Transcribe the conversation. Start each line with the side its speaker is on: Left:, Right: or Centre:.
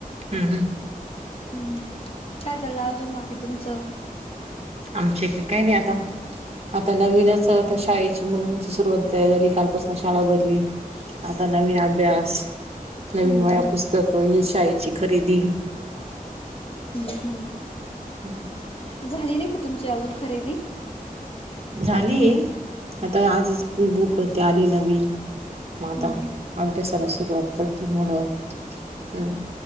Right: हम्म हम्म.
Left: हम्म, काय चाललं अजून बाकी तुमचं?
Right: आमच्या इकड काय नाय आता. आता नवीनच आता शाळेची मुलांची सुरुवात तयार झाली कालपासन शाळा भरली. आता नवीन अभ्यास नवीन
Left: हम्म
Right: वया
Left: हम्म
Right: पुस्तकं ही शाळेची खरेदी.
Left: हम्म हम्म.
Right: हम्.
Left: झाली नाईका तुमची अजून खरेदी?
Right: झाली आता आजच बुक ते आले नवीन.
Left: हम्म
Right: म आता
Left: हम्म
Right: अभ्यासाला सुरुवात करतील मुल. हम्म,